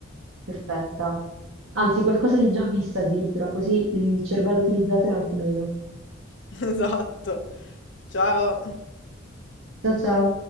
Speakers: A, on the right; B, on the left.
A: perfetta. Anzi, qualcosa di già vista addirittura, così il cervello utilizzato è anche meno.
B: <laughs> Esatto. Ciao.
A: Ciao ciao!